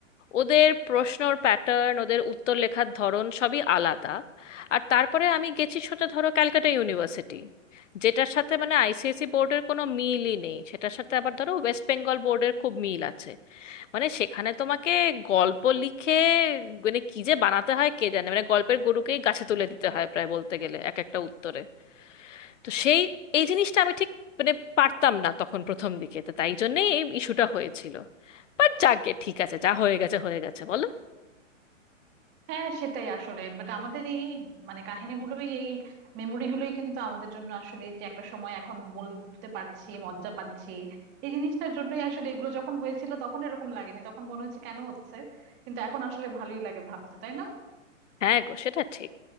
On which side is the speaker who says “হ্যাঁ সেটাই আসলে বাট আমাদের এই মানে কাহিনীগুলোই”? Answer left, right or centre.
Right